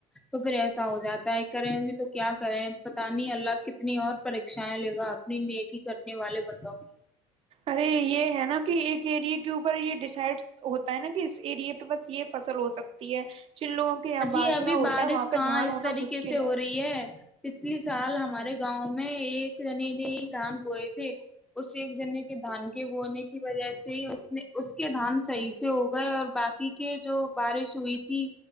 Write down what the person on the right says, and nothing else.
ارے یہ ہے نا کہ ایک اریے کے اوپر یہ ڈسائڈ ہوتا ہے نا کہ اس اریے پہ بس یہ فصل ہو سکتی ہے جن لوگوں کے یہاں
باجرا
ہوتا
ہے وہاں
پہ دھان
ہونا
مشکل